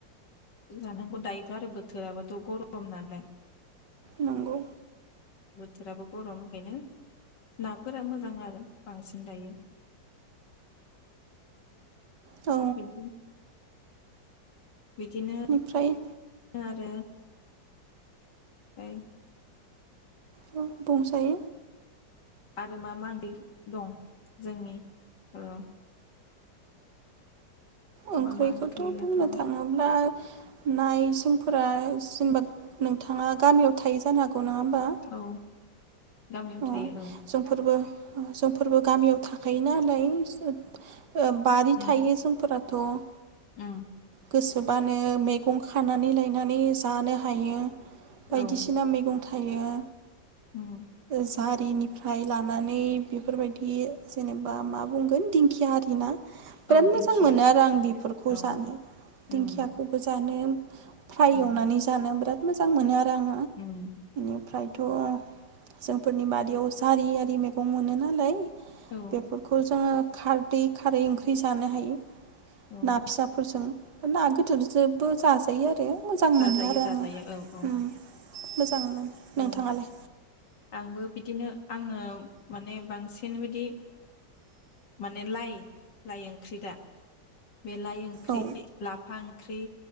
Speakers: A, on the left (about 70°); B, on the right (about 70°).
A: जानांगौ दायोथ' आरो बोथोराबथ' गरम नालाय।
B: नंगौ।
A: थोराबो गरम ओंखायनो नाफोरा मोजां आरो बांसिन दायो।
B: औ।
A: बिदि बिदिनो
B: बेनिफ्राय
A: आरो <unintelligible>
B: बु बुंंसाय
A: आरो मा मा ओं दं जोंनि औ।
B: ओंख्रिखौथ'
A: मा मा ओंख्रियाथ'
B: बुंनो थाङोब्ला नाय जोंफोरा जेनेबा नोंथाङा गामियाव थायो जानो हा ग नङा होमबा।
A: औ गामियाव
B: औ
A: थायो
B: जोंफोरबो जोंफोरबो गामियाव थाखायो नालाय। ओ बारि
A: उम
B: थायो जोंफोरा। थ'।
A: उम।
B: गोसोबानो मैगं खानानै लायनानै जानो हायो।
A: औ
B: बायदिसिना मैगं थाइ थायो।
A: उम।
B: जारिनिफ्राय लानानै बेफोरबायदि जेनेबा मा बुंगोन दिंखिया आरि ना बिराद
A: औ दिंखिया
B: मोजां मोनो आरो आं बेफोरखौ
A: औ
B: जानो
A: उम
B: दिंखियाखौबो जानो। फ्राय
A: उम
B: एवनानै जानो बिराद। मोजां मोनो आरो आं।
A: उम
B: फ्रायथ' जोंफोरनि बारियाव जारि आरि मैगं मोनो नालाय
A: औ
B: बेफोरखौ जोङो खारदै खारै ओंख्रि जानो हायो
A: औ
B: ना फिसाफोरजों ना गिदोरजोबो जाजायो आरो मोजां मोनो
A: जाजायो
B: आरो
A: जाजायो
B: आङो
A: औ औ
B: उम मोजां मोनो
A: औ
B: नोंथाङालाय
A: आंबो बिदिनो आङो माने बांसिन बदि माने लाइ लाइ ओंख्रि दा बेलाइ ओंख्रि
B: औ
A: लाफा ओंख्रि